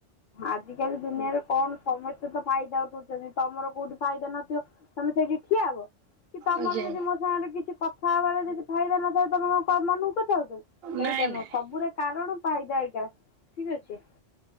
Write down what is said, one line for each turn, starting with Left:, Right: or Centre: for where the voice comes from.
Left: ଆଜିକାଲି ଦୁନିଆରେ କଣ ସମସ୍ତେତ ଫାଇଦା ଉଠଉଚନ୍ତି ତମର କୋଉଠି ଫାଇଦା ନଥିବ ତମେ ସେଇଠି ଠିଆ ହବ କିତମରବି
Right: ଆଜ୍ଞା।
Left: ଯଦି ମୋ ସାଙ୍ଗରେ କିଛି କଥା ହବାର ଯଦି ଫାଇଦା ନଥା ତଙ୍କ ମନକୁ କଥାଉଚନ୍ତି ସେଇଟା
Right: ନାଇଁ
Left: ନୁହଁ
Right: ନାଇଁ
Left: ସବୁରେ କାରଣ ଫାଇଦା ଏଇଟା। ଠିକ୍ ଅଛି।